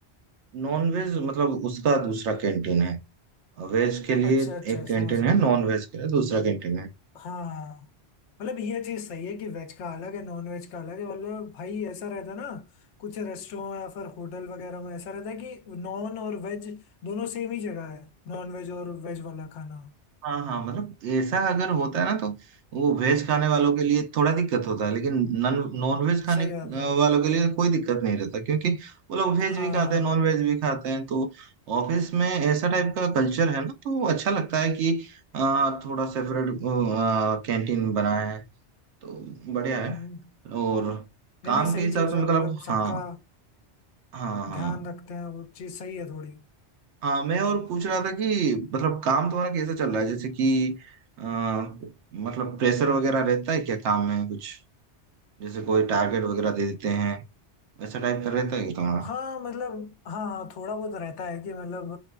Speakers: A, on the right; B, on the left.
A: नॉन वेज मतलब उसका दूसरा कैंटीन है वेज के लिए
B: अच्छा अच्छा
A: एक कैंटीन
B: समझ गया
A: है नॉन वेज के लिए दूसरा कैंटीन है
B: हाँ मतलब ये चीज सही है कि वेज का अलग है नॉन वेज का अलग है मतलब भाई ऐसा रहता है ना कुछ रेस्टोरेंट या फिर होटल वगैरह में ऐसा रहता है कि नॉन और वेज दोनों सेम ही जगह है नॉन वेज और वेज वाला खाना
A: हाँ हाँ मतलब ऐसा अगर होता है ना तो वो वेज खाने वालों के लिए थोड़ा दिक्कत होता है लेकिन नॉन नॉन वेज खाने
B: सही
A: अ,
B: बात है
A: वालों के लिए कोई दिक्कत नहीं रहता क्योंकि वो लोग वेज
B: हाँ
A: भी खाते हैं नॉन वेज भी खाते हैं तो ऑफिस में ऐसा टाइप का कल्चर है ना तो अच्छा लगता है कि अ, थोड़ा सेपरेट कैंटीन बना है तो बढ़िया
B: हम्म,
A: है और काम
B: नहीं नहीं सही
A: के हिसाब
B: चीज
A: से
B: है
A: मतलब
B: मतलब सबका
A: हाँ हाँ हाँ
B: ध्यान रखते हैं वो चीज सही है थोड़ी
A: हाँ मैं और पूछ रहा था कि मतलब काम तुम्हारा कैसा चल रहा है जैसे कि अ, मतलब प्रेशर वगैरह रहता है क्या काम में कुछ जैसे कोई टारगेट वगैरह दे देते हैं वैसा टाइप का रहता है क्या तुम्हारा
B: हाँ मतलब हाँ हाँ थोड़ा बहुत रहता है कि मतलब